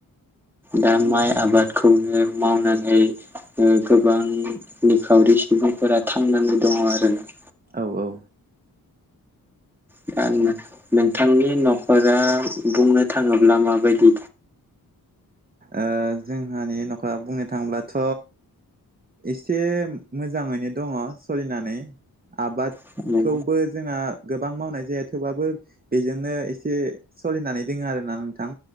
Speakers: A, in the centre; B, on the right (about 25°).
A: दा माइ आबादखौनो मावनानै ओ गोबां निखावरि सुबुंफोरा थांनानै दङ 'आरो ना
B: औ औ।
A: दा नोंथांनि न'खरा बुंनो थाङोब्ला माबायदि?
B: ओ जोंहानि न'खरा बुंनो थांब्लाथ' एसे मोजाङैनो दङ सोलिनानै आबादखौबो
A: औ
B: जोंहा गोबां मावनाय जाया थेवबाबो बेजोंनो एसे सोलिनानै दोङो आरोना नोंथां